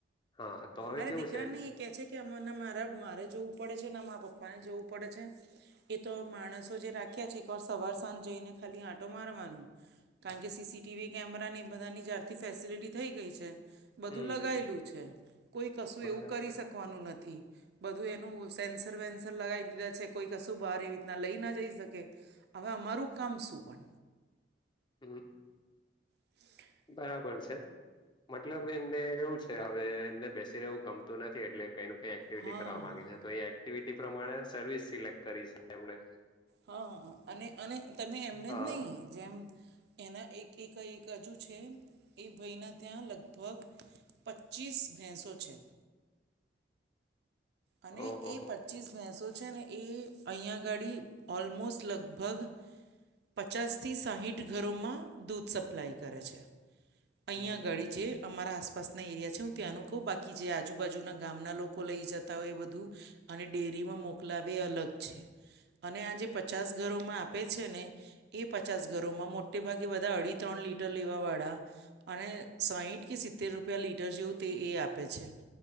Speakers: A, on the left; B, on the right.
A: હા તો હવે
B: અરે
A: કેવું
B: દીકરાન
A: છે
B: નહી એ કે છે કે કે અમાં ના મારા મારે જોવું પડે છેને મારા પપ્પાને જોવું પડે છે. એ તો માણસો જે રાખ્યા છે એકવાર સવાર સાંજ જઈને ખાલી આંટો મારવાનું. કારણ કે સીસીટીવી કેમેરાને એ બધાની જ્યારથી ફેસિલિટી થઈ ગઈ છે. બધું
A: હમ
B: લગાયેલું છે કોઈ કશું
A: બરાબર
B: એવું કરી શકવાનું નથી. બધું એનું સેન્સર વેન્સર લગાવી દીધા છે કોઈ કશું બહાર એ રીતના લઈ ના જઈ શકે. હવે અમારું કામ શું હોય?
A: હમ.
B: <inaudible>
A: બરાબર છે મતલબ એમને એવું છે હવે એમને બેસી રહેવું ગમતું નથી એટલે કઈ નું કઈ એક્ટિવિટી
B: હા
A: કરવા માંગે છે તો એ એક્ટિવિટી પ્રમાણે સર્વિસ સિલેક્ટ કરી છે એમને
B: હા, અને અને તમે એમને
A: હા
B: જ નહીં જેમ એના એક એક એક કઈ હજુ છે. એ ભઈના ત્યાં લગભગ પચીસ ભેંસો છે. અને
A: ઓહો
B: એ
A: હો
B: પચીસ ભેંસો છે ને એ અહીંયા ગાડી ઓલમોસ્ટ લગભગ પચાસથી સાહીઠ ઘરોમાં દૂધ સપ્લાય કરે છે અહીંયા
A: હમ
B: ગાડી જે અમારા આસપાસના એરિયા છે હું ત્યાંનું કહું બાકી જે આજુબાજુના ગામના લોકો લઈ જત તા એ બધું અને ડેરીમાં મોકલાવે એ અલગ છે. અને આ જે પચાસ ઘરોમાં આપે છે ને એ પચાસ ઘરોમાં મોટેભાગે બધા અઢી ત્રણ લીટર લેવા વાડા અને સાહીઠ કે સિત્તેર રૂપિયા લીટર જેવું તે એ આપે છે.